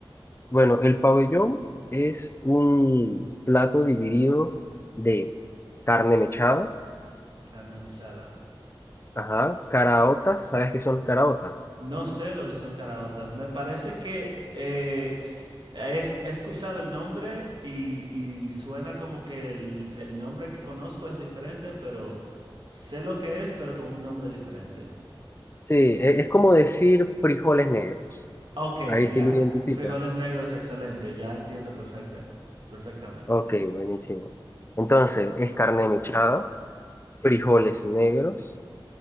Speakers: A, on the left; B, on the right.
A: Bueno, el pabellón es un plato dividido de carne mechada,
B: Carne mechada.
A: ajá, caraotas, ¿sabes qué son las caraotas?
B: No sé lo que son caraotas. Me parece que eh, s- es- he escuchado el nombre y, y suena como que el, el nombre que conozco es diferente, pero sé lo que es, pero con un nombre diferente.
A: Sí, e- es como decir frijoles negros.
B: Ok,
A: Ahí sí
B: ya.
A: lo identifica.
B: Frijoles negros, excelente. Ya entiendo perfecta, perfectamente.
A: Ok, buenísimo. Entonces, es carne mechada, frijoles negros,